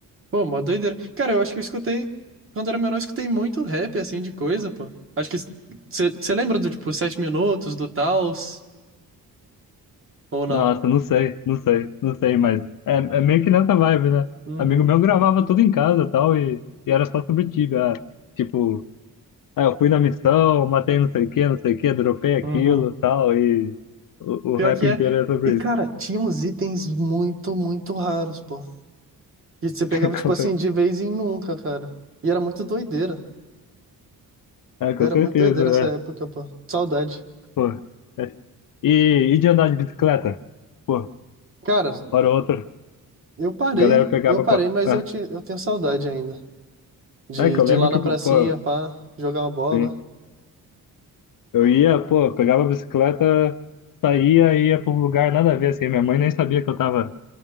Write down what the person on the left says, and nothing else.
Nossa, não sei, não sei, não sei, mas é, é meio que nessa vibe, né?
Amigo meu gravava tudo em casa e tal, e, e era só sobre Tibia. Ah, tipo, ah, eu fui na missão, matei não sei o que, não sei o que, dropei aquilo
e tal, e o,
o rap
inteiro é sobre
isso.
<laughs> Com
cer-
é, com
certeza,
né?
Pô. é. E, e de andar de bicicleta? Pô,
hora ou outra,
a galera pegava,
pô.
É,
é que eu
lembro
que,
pô,
sim. Eu ia, pô, pegava a bicicleta, saía, ia pra um lugar nada a ver, assim. Minha mãe nem sabia que eu tava,